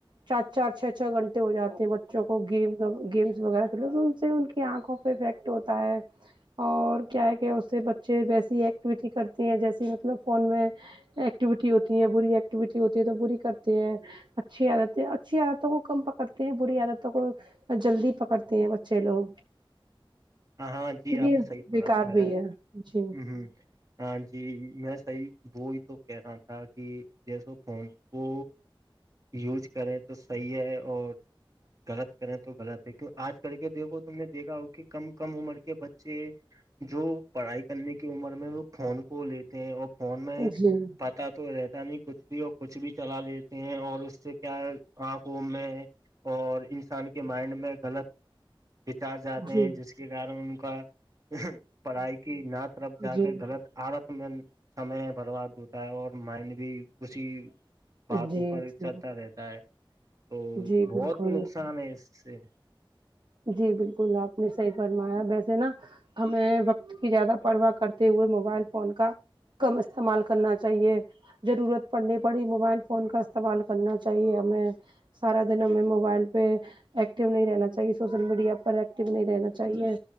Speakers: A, on the right; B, on the right.
A: چار چار چھ چھ گھنٹے ہو جاتے ہیں بچوں کو گیم گیمس وغیرہ کھیلے تو ان سے ان کی آنکھوں افیکٹ ہوتا ہے اور کیا ہے کہ اس سے بچے ویسی ایکٹیویٹی کرتی ہیں جیسیے مطلب فون میں ایکٹیویٹی ہوتی ہے بری ایکٹیویٹی ہوتی ہے تو بری کرتے ہیں اچھی عادتیں اچھی عادتوں کو کم پکڑتے ہیں بری عادتوں کو جلدی پکڑتے ہیں بچے لوگ
B: ہ ہاں جی
A: تو
B: آپ
A: یہ
B: نے صحیح پااایا
A: بیکار بھی
B: ہے
A: جی
B: ہ ہ ہاں جی میں سی ب تو کہہ رہا تھا کہ جیسو فون کو یوج کریں تو صحیح ہے اور غلط کریں تو غلط ہے کیوں آج کر کے دیکھو تم نے دیکھا ہوگ کہ کم کم عمر کے بچے جو پڑھائی کرنے کی عمر میں وہ فون کو لیتے ہیں اور فون میں
A: جی
B: پات تو رہتا نہیں کچھ بھی اور کچھ بھی چلا لیتے ہیں اور اس سے کیا آنکھوں میں اور انسان کے مائنڈ میں غلط بچار جاتے
A: جی
B: ہیں
A: جی
B: جس کے کارن ان کا پڑھائی کی نہ طرف جا
A: جی
B: کر غلط عادت سمے برباد ہوتا ہے اور مائڈ بھی اسسی بات
A: جی
B: اوپر
A: جی
B: رہتا ہے تو
A: جی
B: بہت
A: بالکل
B: نقصان ہے اس سے
A: جی بالکل آپ نے صحیح فرمایا ویسے نا ہمیں وقت کی زیادہ پرواہ کرتے ہوئے موبائل فون کا کم استعمال کرنا چاہیے ضرورت پڑنی پڑی موبائل فون کا استعمال کرنا چاہیے ہمیں سارا دن ہمیں موبائل پہ ایکٹیو نہیں رہنا چاہیے سوشل میڈیا پر ایکٹو نہیں رہنا چاہیے